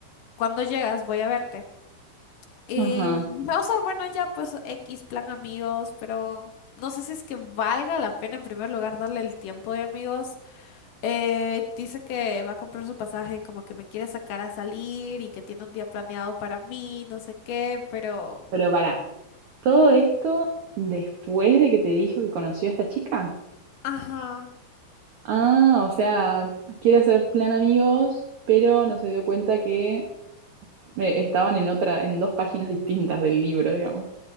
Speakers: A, on the left; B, on the right.
A: cuando llegas voy a verte. Y,
B: Ajá.
A: dije, o sea, bueno, ya pues X plan amigos, pero no sé si es que valga la pena en primer lugar darle el tiempo de amigos. Eh, dice que va a comprar su pasaje, como que me quiere sacar a salir y que tiene un día planeado para mí, no sé qué, pero...
B: Pero pará, ¿todo esto después de que te dijo que conoció a esta chica?
A: Ajá.
B: Ah, o sea, quiere hacer plan amigos, pero no se dio cuenta que eh, estaban en otra, en dos páginas distintas del libro, digamos.